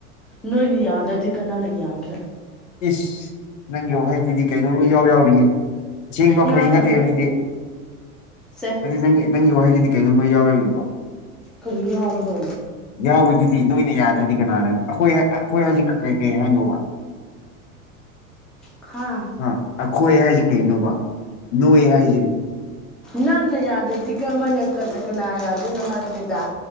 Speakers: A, in the centre; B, on the left (about 65°).
A: ꯅꯣꯏꯅ ꯌꯥꯗ꯭ꯔꯗꯤ ꯀꯅꯥꯅ ꯌꯥꯒꯦꯔꯥ꯫
B: ꯏꯁ ꯅꯪꯒꯤ ꯋꯥꯍꯩꯗꯨꯗꯤ ꯀꯩꯅꯣꯝꯃ ꯏꯌꯥꯎ ꯌꯥꯎꯔꯤꯌꯦ ꯁꯦꯡꯕ
A: ꯌꯥꯎꯗꯕꯅꯦ
B: ꯐꯥꯒꯤ ꯅꯠꯇꯦ ꯑꯗꯨꯗꯤ
A: ꯁꯦ
B: ꯅꯪꯒꯤ ꯅꯪꯒꯤ ꯅꯪꯒꯤ ꯋꯥꯍꯩꯗꯨꯗꯤ ꯀꯩꯅꯣꯝ ꯏꯌꯥꯎ ꯌꯥꯎꯔꯤꯕ
A: ꯀꯔꯤ ꯌꯥꯎꯕꯅꯣ꯫
B: ꯌꯥꯎꯔꯤꯗꯨꯗꯤ ꯅꯣꯏꯅ ꯌꯥꯗ꯭ꯔꯗꯤ ꯀꯅꯥꯅ ꯑꯩꯈꯣꯏ ꯑꯩꯈꯣꯏ ꯍꯧꯖꯤꯛ ꯀꯩ ꯀꯩ ꯍꯥꯏꯅꯣꯕ꯫
A: ꯍꯥꯥ꯫
B: ꯑꯥ ꯑꯩꯈꯣꯏ ꯍꯥꯏꯁꯦ ꯀꯩꯅꯣꯕ ꯅꯣꯏ ꯍꯥꯏꯖꯦ꯫
A: ꯅꯪꯅ ꯌꯥꯗꯗꯤ ꯀꯃꯥꯏꯅ ꯀꯅꯥ ꯀꯅꯥ ꯌꯥꯗꯣꯏꯅꯣ ꯍꯥꯏꯕꯅꯤꯗ꯫